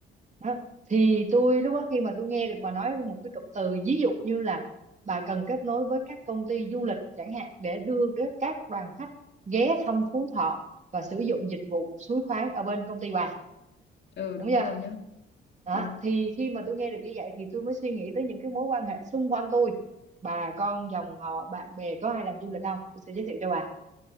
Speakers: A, on the right; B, on the left.
A: đó. thì tôi lúc đó khi mà tôi nghe được bà nói một cái cụm từ ví dụ như là bà cần kết nối với các công ty du lịch chẳng hạn để đưa các các đoàn khách ghé thăm Phú Thọ và sử dụng dịch vụ suối khoáng ở bên công ty bà
B: ừ
A: đúng
B: đúng
A: chưa
B: rồi nhá
A: đó
B: ừ
A: thì khi mà tôi nghe được như vậy thì tôi mới suy nghĩ tới những cái mối quan hệ xung quanh tôi bà con dòng họ bạn bè có ai làm du lịch không tôi sẽ giới thiệu cho bà